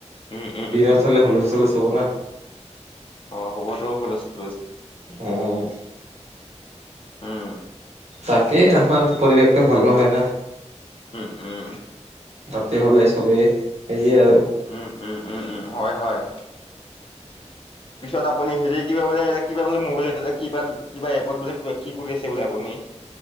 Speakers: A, on the left (about 45°); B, on the right (about 60°).
A: উম উম
B: দিনত হলে হলে চলে চাব না
A: অ হবতো ভল আছে
B: উম।
A: উম
B: তাকেই আমাৰ পৰিৱেশটো ভাল নহয় না
A: উম উম।
B: যাতে হ'লে চবেই সেয়ে আৰু
A: উম উম উম উম হয় হয় পিছত আপুনি হেৰি কিবা বোলে কিবা বোলে মোবাইল এটা কিবা কিবা এপত বোলে কিব কি কৰি আছে বোলে আপুনি